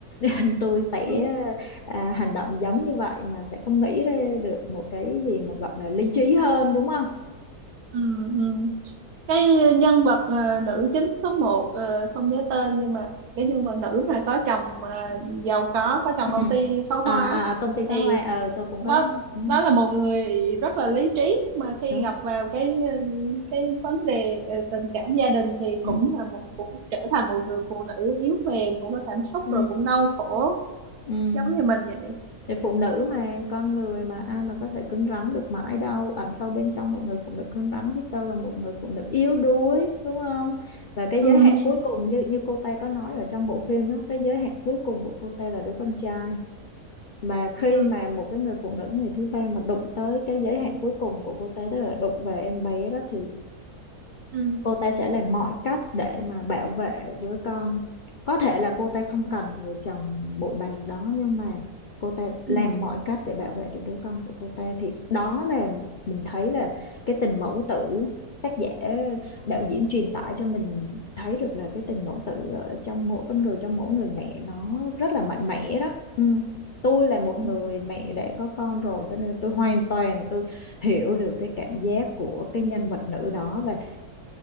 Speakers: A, on the left; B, on the right.
A: <laughs> nên tôi sẽ
B: Ừ.
A: à, hành động giống như vậy mà sẽ không nghĩ ra được một cái gì mà gọi là lý trí hơn đúng không?
B: Ừ. ừ. cái nhân vật ờ, nữ chính số 1 không nhớ tên nhưng mà cái nhân vật nữ mà có chồng mà giàu có có chồng
A: Ừ.
B: công ty pháo hoa
A: À, à
B: á,
A: à, công ty
B: thì
A: phá hoa ờ tôi cũng
B: đó
A: có ừ,
B: đó là một người rất là lý trí nhưng mà khi
A: đúng.
B: gặp vào cái cái vấn đề ờ, tình cảm gia đình thì cũng
A: Ừ.
B: là một cũng trở thành một người phụ nữ yếu mềm cũng có cảm xúc
A: Ừ.
B: rồi cũng đau khổ
A: Ừ.
B: giống như mình vậy
A: Thì phụ nữ mà con người mà ai mà có thể cứng rắn được mãi đâu ẩn sâu bên trong một người phụ nữ cứng rắn biết đâu là một người phụ nữ yếu đuối đúng không và cái
B: ừ
A: giới hạn cuối cùng như như cô Tê có nói ở trong bộ phim đó cái giới hạn cuối cùng của cô Tê là đứa con trai mà khi
B: ừ
A: mà một cái người phụ nữ người thứ ba mà đụng tới cái giới hạn cuối cùng của cô Tê đó là đụng vào em bé đó thì
B: ừ
A: cô ta sẽ làm mọi cách để mà bảo vệ đứa con có thể là cô ta không cần
B: ừ
A: người chồng bội bạc đó nhưng mà cô ta làm
B: ừ
A: mọi cách để bảo vệ được đứa con của cô ta thì đó là mình thấy là cái tình mẫu tử tác giả đạo diễn truyền tải cho mình thấy được là cái tình mẫu tử ở trong mỗi con người trong mỗi người mẹ nó rất là mạnh mẽ đó ừ. tôi là một
B: ừ
A: người mẹ đã có con rồi cho nên tôi hoàn toàn tôi hiểu được cái cảm giác của cái nhân vật nữ đó và